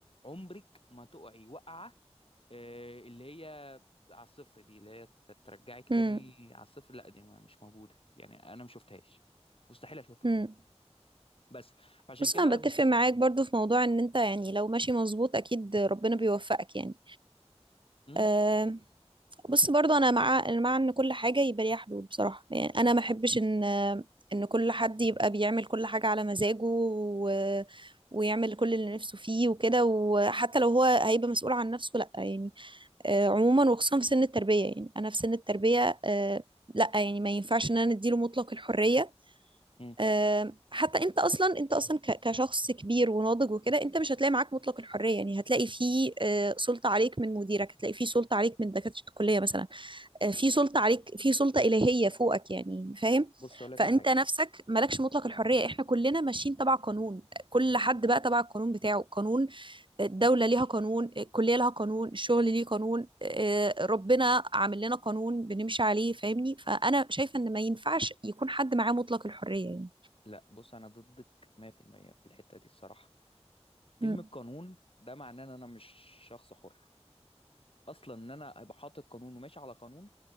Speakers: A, on the left; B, on the right.
A: عمرك ما تقعي وقعه آه، اللي هي على الصفر دي اللي هي ت- ترجعك تاني
B: مم.
A: على الصفر لا دي ما- مش موجوده يعني انا ما شفتهاش مستحيل اشوفها
B: مم.
A: بس فعشان
B: بص
A: كده
B: انا
A: لما
B: بتفق
A: اشوفها
B: معاك برضو في موضوع ان انت يعني لو ماشي مظبوط اكيد ربنا بيوفقك يعني
A: امم
B: أه بص برضه انا مع أنا مع ان كل حاجه يبقى ليها حدود بصراحه يعني انا ما احبش ان ان كل حد يبقى بيعمل كل حاجه على مزاجه و... ويعمل كل اللي نفسه فيه وكده وحتى لو هو هيبقى مسؤول عن نفسه لا يعني آه، عموما وخصوصا في سن التربيه يعني انا في سن التربيه آه، لا يعني ما ينفعش ان انا اديله مطلق الحريه
A: امم
B: آه، حتى انت اصلا انت اصلا ك- كشخص كبير وناضج وكده انت مش هتلاقي معاك مطلق الحريه يعني هتلاقي فيه آه، سلطه عليك من مديرك هتلاقي فيه سلطه عليك من دكاتره الكليه مثلا آه، في سلطة عليك في سلطة إلهية فوقك يعني فاهم
A: بص اقول لك
B: فأنت
A: على حاجه
B: نفسك مالكش مطلق الحرية احنا كلنا ماشيين تبع قانون كل حد بقى تبع القانون بتاعه قانون الدولة ليها قانون الكلية لها قانون الشغل ليه قانون آه، ربنا عامل لنا قانون بنمشي عليه فاهمني فأنا شايفة إن ما ينفعش يكون حد معاه مطلق الحرية يعني
A: لا بص انا ضدك 100% في المية في الحته دي الصراحه
B: مم.
A: كلمة قانون ده معناه ان انا مش شخص حر اصلا ان انا ابقى حاطط قانون وماشي على قانون